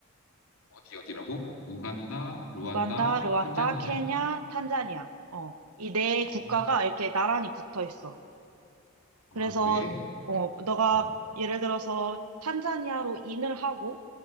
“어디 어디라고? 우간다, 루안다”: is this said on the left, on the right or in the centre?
Left